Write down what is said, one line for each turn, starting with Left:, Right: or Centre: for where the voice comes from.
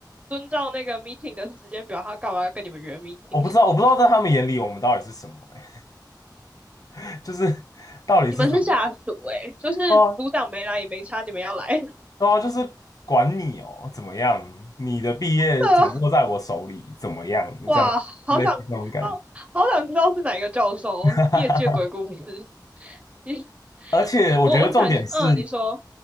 Right: 遵照那个 meeting 的时间表，他干嘛要跟你们约 meeting？
Left: 我不知道，我不知道在他们眼里我们到底是什么、欸，<laughs> 就是到底是怎么样？
Right: 你们是下属诶，就是组长没来也没差，
Left: 对啊，
Right: 你们要来，<laughs>
Left: 对啊，就是管你哦，怎么样？你的毕业掌握在我手里，
Right: 扯
Left: 怎么样？
Right: 哇，
Left: 这样类似这种感觉。
Right: 好想，好，好想知道是哪一个教授哦业界鬼故事。
Left: <laughs>
Right: <laughs> 你，
Left: 而且我觉得重点是。
Right: 我我想，嗯，你说，